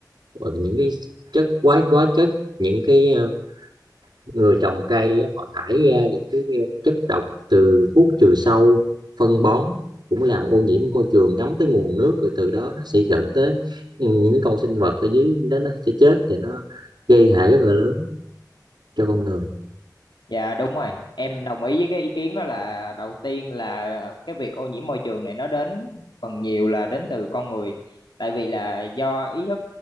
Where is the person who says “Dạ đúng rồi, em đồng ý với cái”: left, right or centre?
Left